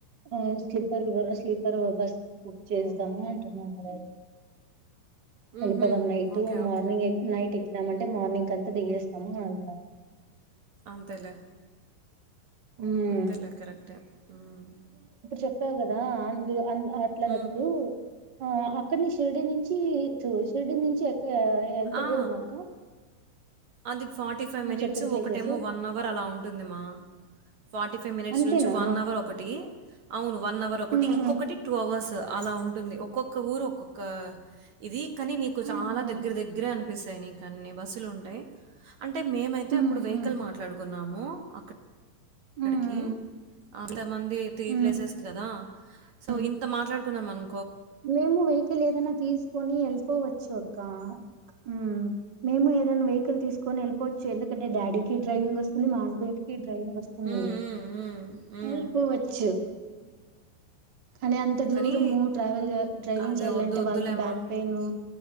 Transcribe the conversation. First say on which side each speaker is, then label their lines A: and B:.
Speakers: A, on the right (about 80°); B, on the right (about 55°).
A: ఆ స్లీపరు స్లీపరు బస్ బుక్ చేద్దము అంటున్నడు మా డాడి
B: హుహు.
A: వెళ్ళిపోదాం night
B: okay.
A: Morning
B: Okay.
A: night ఎక్కినామంటే మార్నింగ్ అంతా దిగేస్తాము అని అన్నారు
B: అంతేలే
A: <unintelligible>
B: అంతేలే కరెక్టే. హ్మ్.
A: చెప్పావు గదా అందు అన్ అట్లా
B: హ్మ్.
A: అప్పుడు ఆ అక్కడ్ని షిరిడి నుంచి తు షిరిడి నుంచి ఎక్కా ఎంత
B: ఆ!
A: దూరం అక్క
B: అది ఫార్టీ ఫై
A: నువ్వు
B: మినిట్స్
A: చెప్పిన ప్లేసెస్
B: ఒకటేమో వన్ అవర్ అలా ఉంటుంది మా ఫార్టీ ఫై మినిట్స్
A: అంతేనా
B: నుంచి వన్ అవర్ ఒకటి అవును వన్ అవర్ ఒకటి
A: మ్మ్
B: ఇంకొకటి
A: హ్మ్
B: టూ అవర్స్ అల ఉంటుంది ఒక్కొక్క ఊరు ఒక్కొక్క ఇది కనీ నీకు చాల
A: ఆహా
B: దగ్గర దగ్గరే అనిపిస్తాయి నీకు అన్ని బస్సులు ఉంటయ్ అంటే మేమైతే
A: మ్మ్
B: అప్పుడు వెహికల్
A: హ్మ్
B: మాట్లాడుకున్నాము అక్క
A: మ్మ్
B: క్కడికి
A: హ్మ్
B: అంతమంది త్రీ
A: హ్మ్.
B: ప్లేసెస్ కి కదా సో
A: హ్మ్.
B: ఇంత మాట్లాడుకున్నాం అను
A: మేము వెహికల్ ఏదైనా తీసుకొని ఎళ్ళిపోవచ్చు అక్కా ఉమ్ మేము ఏదైనా వెహికల్ తీసు కొని ఎళ్ళపోవచ్చు ఎందుకంటే డాడీకి డ్రైవింగ్ వస్తుంది మా హస్బెండ్ కి డ్రైవింగ్ వస్తుంది
B: హ్మ్. హ్మ్. హ్మ్. హ్మ్.
A: ఎళ్ళిపోవచ్చు కనీ అంత
B: కానీ
A: దూరము ట్రావెల్ జె డ్రైవింగ్
B: అదే
A: చేయాలంటే
B: వద్దు వద్దులేమా
A: వాళ్ళకి బ్యాక్ పెయిను